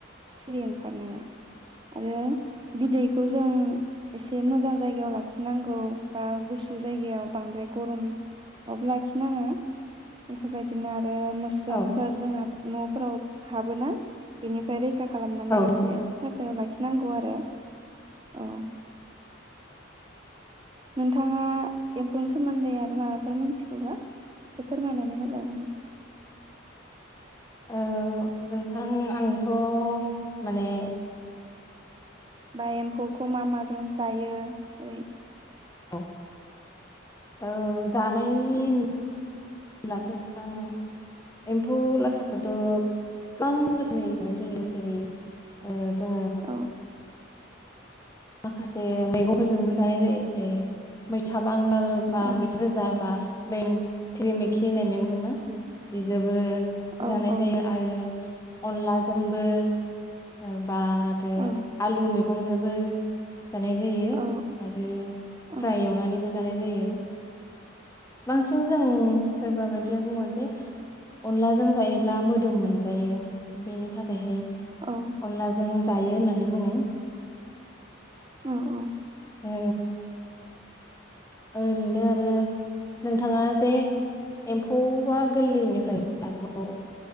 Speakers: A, on the right; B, on the left.
A: सिरि ओंखारनाया आरो बिदैखौ जों एसे मोजां जायगायाव लाखिनांगौ बा गुसु जायगायाव बांद्राय गरमावबो लाखिनाङो बेफोरबायदिनो आरो। आरो मोस्रोमफोर
B: औ
A: जोंना न'फ्राव हाबोना बेनिफ्राय रै खा खालामनानै एसे
B: नंगौ नोंथां।
A: साफायाव लाखि नांगौ आरो औ। नोंथाङा एम्फौनि सोमोन्दै आरो माबाफोर मोनथिगौबा एसे फोरमायनानै होजागौमोन।
B: ओ नोंथां आंथ' माने
A: बा एम्फौखौ मा माजों जायो ओय
B: औ औज जानायनि
A: औ
B: होनब्लाथ' नोंथां एम्फौ लाथाखौथ' गोबां रोखोमनि जानाय जायो जेरै जों
A: औ।
B: माखासे मैगंफोरजोंबो जानाय जायो जै मैथा बांगाल बा
A: औ
B: मैथा गोजा बा बे मोन सिरिमैखि होननाय मैगं दंना बेजोबो
A: औ
B: जानाय
A: औ
B: जायो आरो अनलाजोंबो ओ। बा आरो
A: औ
B: आलु मैगंजोबो। जानाय जायो
A: औ
B: आरो
A: औ
B: फ्राय एवनानैबो जानाय जायो। बांसिन जों सोरबा बायदि बुङो जे अनलाजों जायोब्ला मोदोम मोन जायो बेनि थाखायहाय
A: औ
B: अनलाजों जायो होननानै बुङो।
A: औ औ।
B: ए। ओरैनो आरो नोंथाङा जे एम्फौआ गोरलैनिफ्राय आरोबाव